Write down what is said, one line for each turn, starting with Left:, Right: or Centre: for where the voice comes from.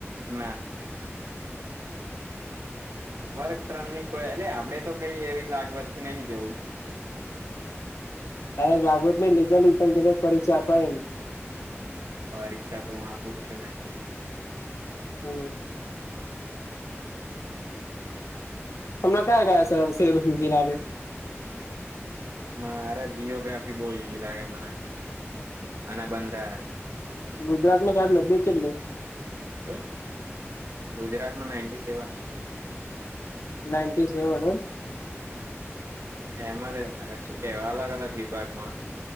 Right: ના વર્ગ ત્રણ ની કોઈ એટલે આપડે તો કઈ એવી લાગવતથી નહીજવું.
Left: હબ લાભોદ ને લીગલમ ક પરીક્ષા અપાય.
Right: પરીક્ષા તો હું આપ પું છું ને.
Left: હમ. હમણા કયા ગયા છે સ જલા.
Right: મારે જીઓગ્રાફી બહ ઈઝી લાગે મને અને બંધારણ.
Left: ગુજરાતમાં સાહેબ લગે છેટને
Right: શું ગુજરાતમાં નાઇન્ટી સેવન
Left: નાઈન્ટી સેવન
Right: હ એમાં શું કેવાય અલગ અલગ વિભાગમાં